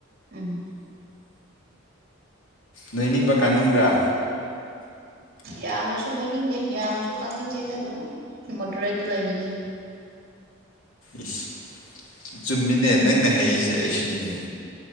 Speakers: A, on the right; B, on the left.
A: ꯎꯝ
B: ꯅꯣꯏꯅꯤꯡꯕ꯭ꯔ ꯀꯪꯅꯤꯡꯕ꯭ꯔꯥ
A: ꯌꯥꯝꯅꯁꯨ ꯅꯣꯏꯅꯤꯡꯗꯦ ꯌꯥꯝꯅꯁꯨ ꯀꯪꯅꯤꯡꯗꯦꯗ ꯑꯗꯨꯝ ꯃꯣꯗꯔꯦꯠꯇ ꯂꯩꯅꯤꯡꯉꯦ
B: ꯏꯁ ꯆꯨꯝꯃꯤꯅꯦ ꯅꯪꯅ ꯍꯩꯏꯁꯦ ꯑꯩꯁꯨꯅꯤꯅꯦ